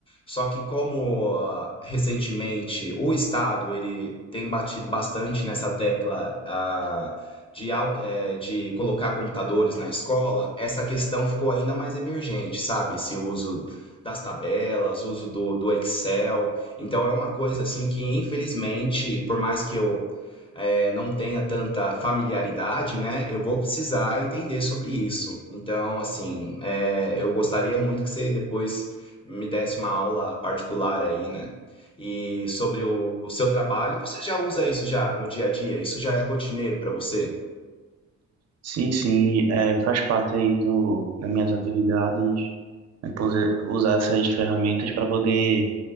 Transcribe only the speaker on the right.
Sim, sim, é, faz parte aí do, das minhas atividades, né, pose- usar essas ferramentas para poder